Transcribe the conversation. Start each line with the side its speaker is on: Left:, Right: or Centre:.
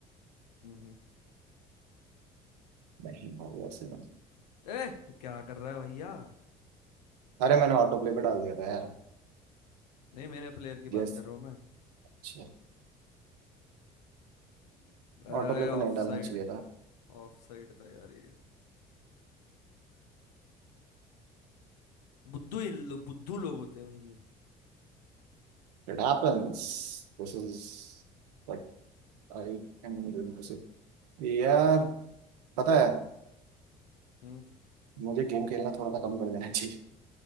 Left: हम्म
Right: नहीं हो गया से नहीं
Left: ए क्या कर रहा है भैया
Right: अरे मैंने ऑटो प्ले पे डाल दिया था यार
Left: नहीं मेरे प्लेयर की
Right: यस
Left: बात कर रहा हूँ मैं
Right: अच्छा
Left: अरे
Right: ऑटो प्ले
Left: ऑफ
Right: पे नहीं डालना
Left: साइड
Right: चाहिए था
Left: ऑफ साइड था यार ये बुद्धू ही लो, बुद्धू लोग होते हैं भैया
Right: It happens This is what I am doing to say यार पता है
Left: हम्म
Right: मुझे गेम खेलना थोड़ा सा कम कर देना चाहिए